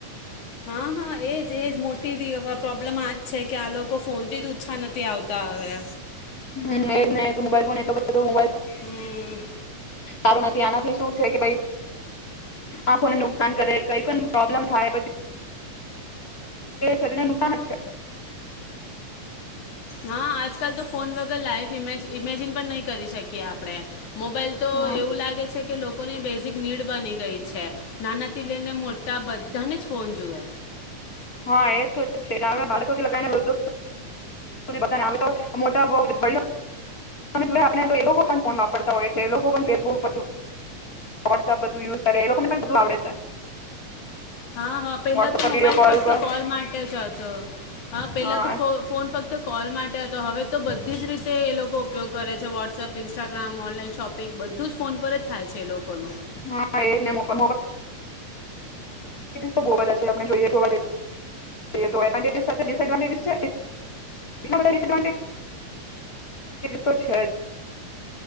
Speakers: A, on the left; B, on the left.
A: હા હા એજ એજ મોટી પ્રોબ્લેમ આજ છે કે આ લોકો ફોન થી જ ઓછા નથી આવતા હવે
B: હમ એજ નું મોબાઈલ ફો તો મોબાઈલ
A: હમ
B: ચાલ. ત્યાંનાથી શું છે કે ભ આંખોને નુકસાન કરે કઈ પણ પ્રોબ્લેમ થાય પછ વધને નુકસાન જ છે.
A: હા આજકાલ તો ફોન વગર લાઈઇવ ઇમે ઇમેજિન પણ નહીં કરી શકે. આપણે મોબાઈલ તો
B: હમ
A: એવું લાગે છે કે લોકોની બેઝિક નીડ બની ગઈ છે નાનાથી લઈને મોટતા બધાને જ ફોન જોએ.
B: હા એ તો છેટ આપ બાળકોથી લગાવ ને વૃધ બધાને આવે તો મોટાણે એ લોકો પણ ફોન વાપરતા હોય છે લોકો પણ ફેસબુક પછી વોટ્સઅપ બધું યુઝ કરે એ લોકોને પણું આવડે છે.
A: હા હા પેલા
B: વોટ્સઅપ
A: તો
B: પર
A: મોબાઈલ
B: વિડીયો
A: ફક્ત
B: પર
A: કોલ માટે જ હતો હા પેલા
B: હા
A: તો ફ ફોન ફક્ત કોલ માટે હતો હવે તો બધી જ રીતે એ લોકો ઉપયોગ કરે છે વોટ્સઅપ ઇન્સ્ટાગ્રામ ઓનલાઈન શોપિંગ બધું જ ફોન પર જ થાય છે એ લોકોનું
B: હા એજ ને મોબ ફ તો બ બધા છે આપ જોએસડવાન્ટેસ તો છે.